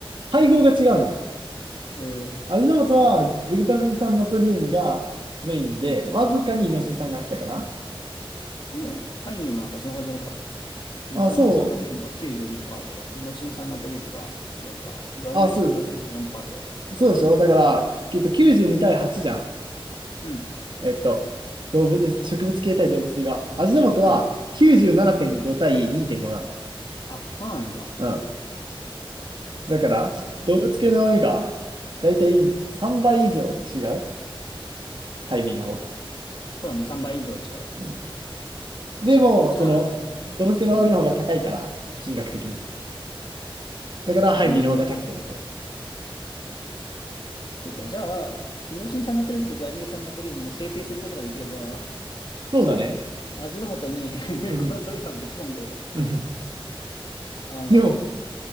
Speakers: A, on the right; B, on the left.
A: 配合が違うの。
B: えー、
A: 味の素はグルタミン酸ナトリウムがメインで、
B: グル、うん。
A: わずかにイノシン酸が入ってたかな。
B: でも、ハイミーもなんかそんな感じのこと書いてあるよ。グルタミン酸ナトリウムが92%
A: あ、そう。
B: で、イノシン酸ナトリウムが4%、グアニル酸ナトリウム4%
A: あ、そう、
B: って書いてある。
A: そうでしょだから、きっと92対8じゃん。
B: うん。
A: えっと、動物、植物系対動物系が。味の素は97.5対2.5なの。
B: はいはい。あ、そうなんだ。
A: うん。だから、
B: うん
A: 動物系の味が、だいたい3倍以上違う。ハイミーの方が。
B: そうだね、3倍以上違う。
A: うん。でも、
B: じゃあ、
A: その、
B: なるほどね。
A: 動物系の旨味の方が高いから、
B: うん。
A: 金額的に。だから、ハイミーの方が高くなってる。
B: うーん。そうか、じゃあ、イノシン酸ナトリウムとグアニル酸ナトリウムを生成することができれば、
A: そうだね。
B: 味の素に <laughs>
A: うん
B: こうそれらをぶち込んで、
A: うん。
B: あの、
A: でも、